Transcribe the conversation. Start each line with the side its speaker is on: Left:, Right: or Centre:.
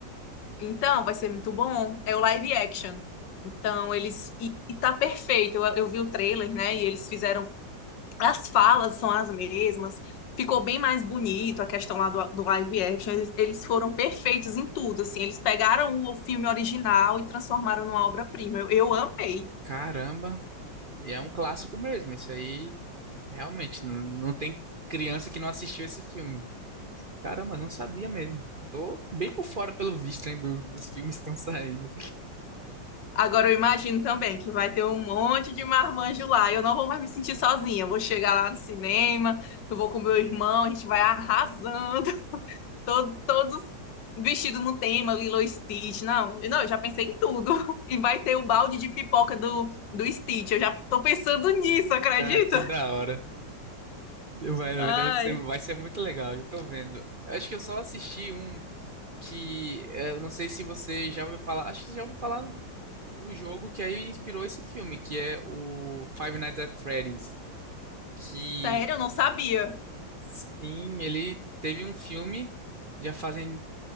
Left: Então, vai ser muito bom. É o live action. Então, eles. E, e tá perfeito. Eu, eu vi o trailer, né? E eles fizeram as falas são as mesmas, ficou bem mais bonito a questão lá do, do live action. Eles, eles foram perfeitos em tudo, assim. Eles pegaram o filme original e transformaram numa obra-prima. Eu, eu amei.
Right: Caramba, e é um clássico mesmo. Isso aí realmente não, não tem criança que não assistiu esse filme. Caramba, não sabia mesmo. Tô bem por fora pelo visto, hein, do- dos filmes que estão saindo.
Left: Agora eu imagino também que vai ter um monte de marmanjo lá. Eu não vou mais me sentir sozinha. Eu vou chegar lá no cinema, eu vou com meu irmão, a gente vai arrasando. Todo, todos vestidos no tema, Lilo e Stitch. Não, não, eu já pensei em tudo. <laughs> E vai ter o balde de pipoca do, do Stitch. Eu já tô pensando nisso, acredita?
Right: Cara, que da hora. Vai, vai-
Left: Ai,
Right: deve ser, vai ser muito legal, eu tô vendo. Eu Acho que eu só assisti um que eh, eu não sei se você já ouviu falar. Acho que você já ouviu falar no jogo que aí inspirou esse filme, que é o Five Nights at Freddy's. Que
Left: sério, eu não sabia.
Right: sim, ele teve um filme já fazem